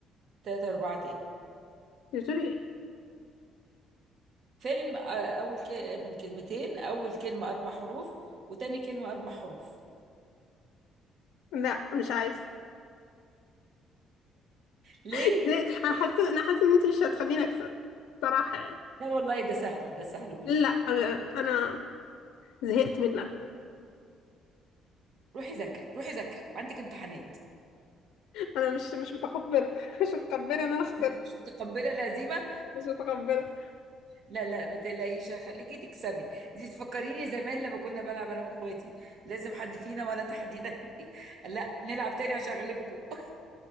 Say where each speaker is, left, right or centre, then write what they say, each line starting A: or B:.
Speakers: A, on the right; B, on the left.
A: تلاتة أربعة تاني
B: بتقولي ايه
A: فيلم آه، أول ك... من كلمتين أول كلمة أربع حروف وتاني كلمة أربع حروف
B: لا مش عايزه
A: <laughs> ليه؟
B: <laughs> زي انا حاسه انا حاسه ان انت مش هتخليني اكسب صراحه يعني
A: لا والله ده سهل ده سهل قولي
B: لا أنا... انا زهقت من اللعب
A: روحي ذاكري روحي ذاكري عندك امتحانات
B: انا مش مش متقبله <laughs> مش متقبله ان انا خسرت
A: مش متقبلة الهزيمة
B: مش متقبله
A: لا لا ما تقلقيش خليكي تكسبي دي تفكريني زمان لما كنا بلعب انا واخواتي لازم حد فينا وانا تحديدا <laughs> لا نلعب تاني عشان اغلبكم <laughs>